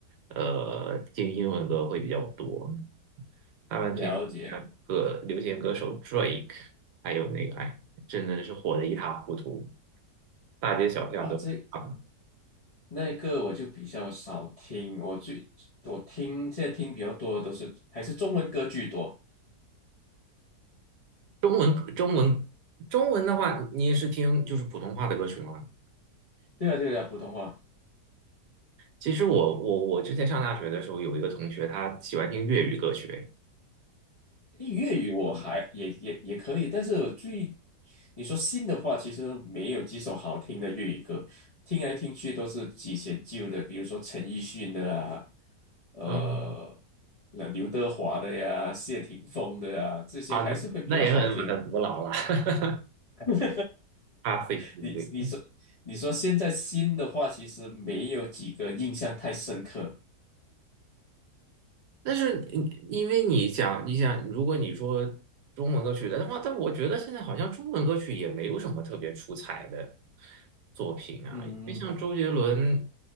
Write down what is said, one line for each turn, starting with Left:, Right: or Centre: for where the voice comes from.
Right: 呃听英文歌会比较多。他们平时看歌流行歌手
Left: 了解。
Right: Drake，还有那个哎，真的是火的一塌糊涂，大街小巷都是他们
Left: 哇，这那个我就比较少听，我最我听现在听比较多的都是还是中文歌居多。
Right: 中文中文中文的话，你也是听就是普通话的歌曲吗？
Left: 对啊，对啊，普通话。
Right: 其实我我我之前上大学的时候，有一个同学，他喜欢听粤语歌曲，
Left: 粤语我还也也也可以，但是我最你说新的话，其实没有几首好听的粤语歌，听来听去都是几些旧的，比如说陈奕迅的啊，呃，
Right: 嗯
Left: 那刘德华的呀，谢霆锋的呀，这些还是会比较好听。
Right: 啊，那那也很很古老了，<laughs>
Left: <laughs>
Right: 他非常对。
Left: 你你说你说现在新的话，其实没有几个印象太深刻。
Right: 但是你因为你想，你想，如果你说中文歌曲的话，但我觉得现在好像中文歌曲也没有什么特别出彩的作品啊，
Left: 嗯，
Right: 因为像周杰伦